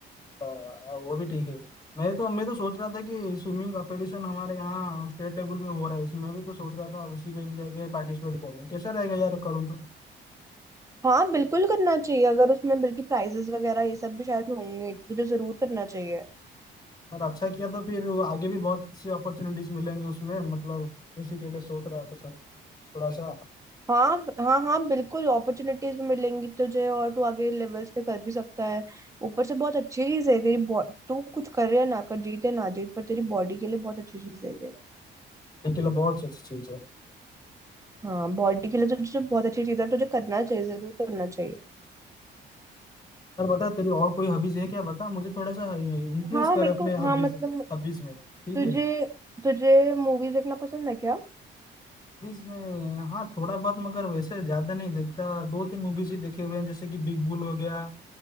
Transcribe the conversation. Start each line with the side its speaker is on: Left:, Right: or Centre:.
Left: आ, वो भी ठीक है मैं तो मैं तो सोच रहा था कि स्विमिंग कंपटीशन हमारे यहाँ स्टेट लेवल में हो रहा है उसमें भी तो सोच रहा था उसी में भी जाके पार्टिसिपेट करूँ कैसा रहेगा यार करूँ तो
Right: हाँ बिल्कुल करना चाहिए अगर उसमें बल्कि प्राइजेस वगैरह ये सब भी शायद होंगे तो तुझे जरूर करना चाहिए
Left: अगर अच्छा किया तो फिर आगे भी बहुत सी अपॉर्चुनिटीज मिलेंगी उसमें मतलब इसी के लिए सोच रहा था सर थोड़ा सा
Right: हाँ हाँ हाँ बिल्कुल अपॉर्चुनिटीज भी मिलेंगी तुझे और तू आगे लेवल्स पे कर भी सकता है ऊपर से बहुत अच्छी चीज है तेरी बॉ- तू कुछ कर या ना कर जीते ना जीत पर तेरी बॉडी के लिए बहुत अच्छी चीज है ये
Left: ये के लिए बहुत अच्छी चीज है
Right: हाँ बॉडी के लिए तो तुझे बहुत अच्छी चीज है तुझे करना चाहिए जरूर करना चाहिए
Left: यार बता तेरी और कोई हॉबीज है क्या बता मुझे थोड़ा सा इन्फ्लुएंस
Right: हाँ
Left: कर
Right: मेरे
Left: अपने
Right: को
Left: हॉबीज
Right: हाँ मतलब
Left: हॉबीज में ठीक
Right: तुझे
Left: है
Right: तुझे मूवीज देखना पसंद है क्या
Left: मूवीज में हाँ थोड़ा बहुत मगर वैसे ज्यादा नहीं देखता दो तीन मूवीज ही देखे हुए हैं जैसे कि बिग बुल हो गया